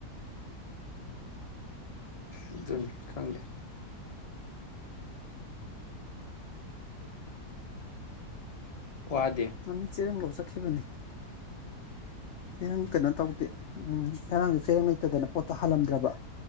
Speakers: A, on the left (about 25°); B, on the left (about 60°).
A: ꯑꯗꯨꯅꯦ ꯈꯪꯗꯦ ꯋꯥꯗꯦ
B: ꯑꯃꯃꯤ ꯆꯦꯔꯒꯧꯁꯦ ꯆꯛꯈꯤꯕꯅꯤ ꯆꯦꯔꯪ ꯀꯩꯅꯣ ꯇꯧꯗꯦ ꯎꯝ ꯉꯔꯥꯡꯗꯣ ꯆꯦꯔꯪ ꯂꯩꯇꯗꯅ ꯄꯣꯠꯇꯣ ꯍꯥꯜꯂꯝꯗ꯭ꯔꯕ